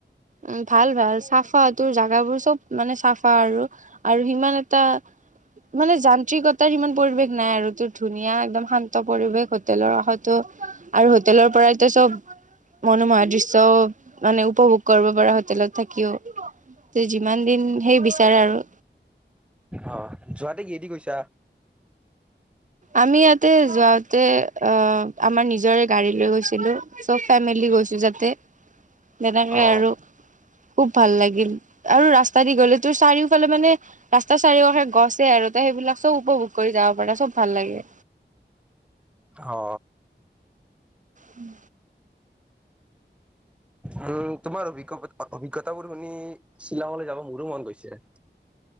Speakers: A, on the right; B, in the centre.
A: উম ভাল ভাল চাফ অ তোৰ জাগাবোৰ চব মানে চাফা আৰু আৰু সিমান এটা মানে যান্ত্ৰিকতাৰ সিমান পৰিৱেশ নাই। আৰু তোৰ ধুনীয়া একদম শান্ত পৰিৱেশ। হোটেলৰ কাষতো আৰু হোটেলৰ পৰাইতো চব মনোমোহা দৃশ্যও মানে উপভোগ। কৰিব পাৰা হোটেলত থাকিও যিমান দিন সেই বিচাৰে আৰু।
B: অ', যোৱাতে কি হেদি গৈছা।
A: আমি ইয়াতে যাওঁতে আহ আমাৰ নিজৰে গাড়ী লৈ গৈছিলোঁ চব ফেমেলি গৈছোঁ যাতে। তেনেকে
B: অ
A: আৰু খুব ভাল লাগিল আৰু ৰাস্তা দি গ'লে তোৰ চাৰিওফালে মানে ৰাস্তাৰ চাৰিওকাষে গছে আৰু ত সেইবিলাক চব উপভোগ কৰি যাব পাৰা চব। ভাল লাগে
B: অ
A: উম
B: আৰু তোমাৰ অভিজ্ঞ অভিজ্ঞতাবোৰ শুনি শ্বিলংলৈ যাব মোৰো মন গৈছে।